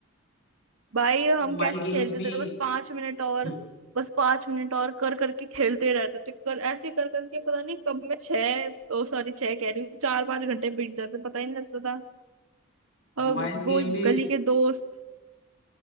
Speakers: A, on the right; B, on the left.
A: भाई
B: वैसे
A: हम
B: मोबाइल
A: कैसे खेलते
B: गेम्स भी
A: थे बस पांच मिनट और
B: <laughs>
A: बस पांच मिनट और कर करके खेलते रहते थे कर ऐसे कर करके पता नहीं कब मैं छह ओ सॉरी छह कह रही हूँ चार पांच घंटे बीत जाते पता ही नहीं लगता था और
B: मोबाइल
A: वो
B: गेम भी
A: गली के दोस्त